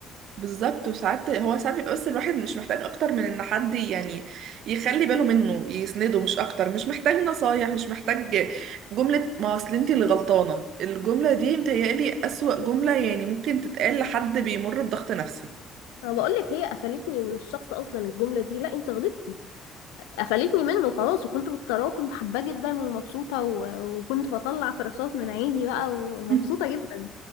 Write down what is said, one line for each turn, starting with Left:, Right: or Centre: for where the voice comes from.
Right: بالظبط وساعات هو ساعات بيبقى بس الواحد مش محتاج اكتر من ان حد يعني يخلي باله منه يسنده مش اكتر مش محتاج نصايح مش محتاج جملة ما اصل انت اللي غلطانة الجملة دي متهيألي اسوأ جملة يعني ممكن تتقال لحد بيمر بضغط نفسي
Left: انا بقولك هي قفلتني من الشخص اصلا الجملة دي لا انت غلطتي قفلتني منه خلاص وكنت مختاراه وكنت حباه جدا ومبسوطة و- وكنت بطلع فراشات من عيني بقى ومبسوطة
Right: <laughs> مم.
Left: جدا